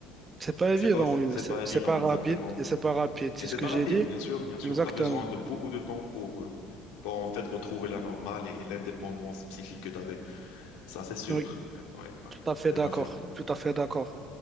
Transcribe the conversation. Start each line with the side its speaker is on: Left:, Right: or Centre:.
Right: C'est pas
Left: c'est
Right: évident,
Left: pas aussi-
Right: oui.
Left: c'est
Right: C'est
Left: pas évident
Right: c'est pas
Left: exactement.
Right: rapide et c'est pas rapide. C'est
Left: Et c'est
Right: ce que
Left: pas
Right: j'ai
Left: rapide,
Right: dit.
Left: bien sûr, bien sûr.
Right: Exactement.
Left: Tu as besoin de beaucoup de temps pour euh, pour en fait retrouver la normale et l'indépendance psychique que tu avais. Ça, c'est sûr.
Right: Oui,
Left: Ouais, ouais, ouais,
Right: tout à fait
Left: je
Right: d'accord.
Left: confirme.
Right: Tout à fait d'accord.